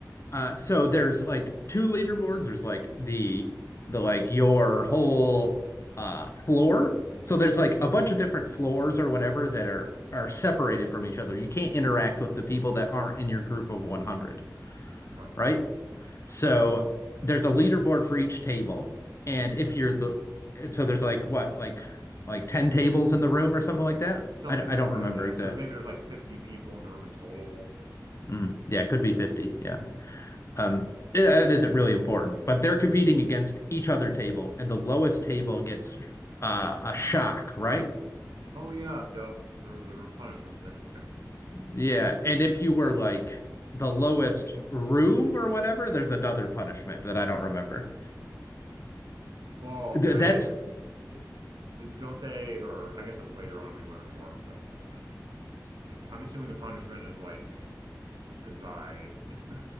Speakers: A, on the left; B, on the right.
A: Uh, so there's like two leaderboards. There's like the the like your whole uh floor. So there's like a bunch of different floors or whatever that are are separated from each other. You can't interact with the people that aren't in your group of 100,
B: Right.
A: right? So there's a leaderboard for each table, and if you're the so there's like what like like 10 tables in the room or something like that.
B: Something
A: I I d- I
B: like
A: don't
B: that,
A: remember
B: yeah.
A: exact.
B: So maybe there's like 50 people in the room in total.
A: Mm, yeah, it could be 50. Yeah. Um, it- that isn't really important, but they're competing against each other table, and the lowest table gets uh, a shock, right?
B: Oh yeah, yep. There, there were punishment there. <laughs>
A: Yeah, and if you were like the lowest room or whatever, there's another punishment that I don't remember.
B: Well,
A: Th-
B: I
A: that's
B: th- don't they, or I guess that's later on we learn more, but I, like I'm assuming the punishment is like. goodbye. <laughs>